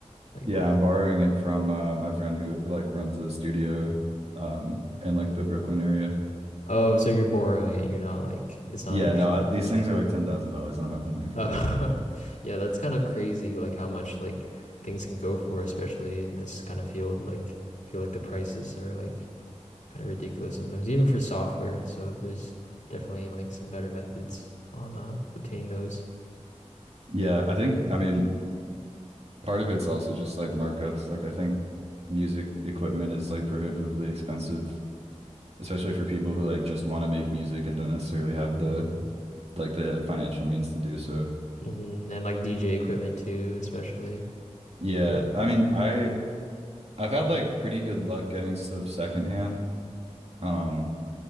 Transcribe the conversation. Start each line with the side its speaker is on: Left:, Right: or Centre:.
Left: like
Right: Yeah,
Left: what?
Right: I'm borrowing it from uh, my friend who like runs a studio um in like the Brooklyn area.
Left: Oh, so you're borrowing it. You're not like it's
Right: Yeah,
Left: not actually.
Right: no, I, these things are like $10,000. I don't have the money for
Left: Uh,
Right: that.
Left: <laughs> yeah, that's kind of crazy like how much like things can go for especially in this kind of field like I feel like the prices are like kind of ridiculous sometimes even for software. So there's definitely like some better methods on uh obtaining those.
Right: Yeah, I think I mean part of it's also just like markups. Like I think music equipment is like prohibitively expensive, especially for people who like just want to make music and don't necessarily have the
Left: Mm.
Right: like the financial means to do so.
Left: hmm And like DJ equipment too, especially. I
Right: Yeah,
Left: feel like
Right: I mean, I I've had like pretty good luck getting stuff secondhand. Um,